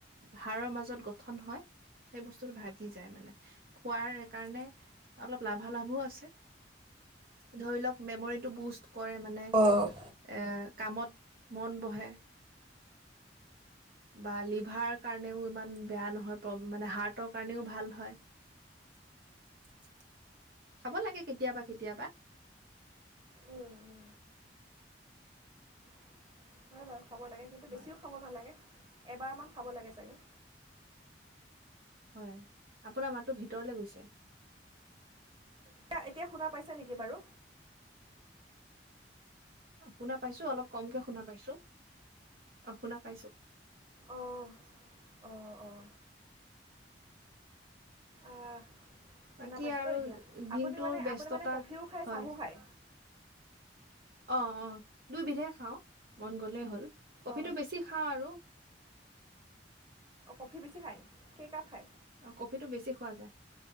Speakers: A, on the right; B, on the right.
A: হাড়ৰ মাজত গঠন হয় সেই বস্তুটো ভাগি যায় মানে খোৱাৰ কাৰণে অলপ লাভালাভো আছে ধৰি লওক মেমৰিটো বুষ্ট কৰে মানে এ
B: অঁ উম,
A: কামত মন বহে বা লিভাৰ কাৰণেও ইমান বেয়া নহয় মান হাৰ্টৰ কাৰণেও ভাল হয়। খাব লাগে কেতিয়াবা কেতিয়াবা
B: উম, <inaudible> খাব লাগে কিন্তু
A: হয়
B: বেছিও খাব নালাগে এবাৰমান খাব লাগে চাগে
A: হয় আপোনাৰ মাতটো ভিতৰলে গৈছে
B: এতিয়া এতিয়া শুনা পাইছ নেকি বাৰু
A: শুনা পাইছো অলপ কমকে শুনা পাইছো অ শুনা পাইছোঁ
B: অঁ অঁ অঁ আহ শুনা
A: বাকী
B: পাইছে
A: আৰু
B: ন এতিয়া,
A: দিনটোৰ
B: আপুনি মানে
A: ব্যস্ততা
B: আপুনি মানে কফিও খায়
A: হয়
B: চাহো খায়।
A: অ অ দুই বিধেই খাওঁ। মন গ'লেই হ'ল কফিটো
B: অ
A: বেছি খাওঁ আৰু
B: কফি বেছি খায়। কেই কাপ খাই?
A: অ কফিটো বেছি খোৱা যায়,